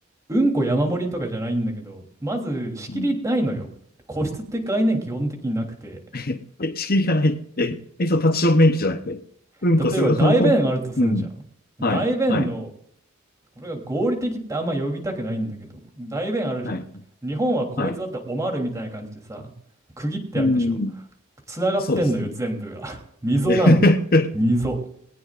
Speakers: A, on the right (about 15°); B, on the left (about 45°).
A: うんこ山盛りとかじゃないんだけど、まず仕切りないのよ。
B: うん
A: 個室って概念基本的になくて。
B: <laughs> え、仕切りがない。え、え、そう、立ちション便器じゃなくて。うんこするところも、
A: 例えば大便あるとすんじゃん。
B: うん。
A: 大便の
B: はい、はい、
A: これが合理的ってあんま呼びたくないんだけど、代弁あるじゃん。
B: はい、
A: 日本は個別だったらおまるみたいな感じでさ、
B: はい。
A: 区切ってあるでしょ。
B: うん、
A: つながってんのよ、
B: そうですね。
A: 全部が。<laughs> 溝なの。
B: えへ
A: 溝。